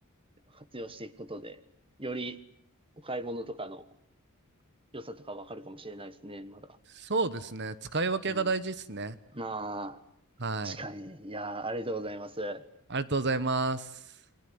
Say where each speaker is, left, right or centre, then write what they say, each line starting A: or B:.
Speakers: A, on the right; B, on the right.
A: やっぱ活用していくことで、よりお買い物とかの良さとかわかるかもしれないですね、まだ。
B: そうですね。使い分けが大事ですね。
A: うん。まあ。
B: はい。
A: 確かに。いやー、ありがとうございます。
B: ありがとうございます。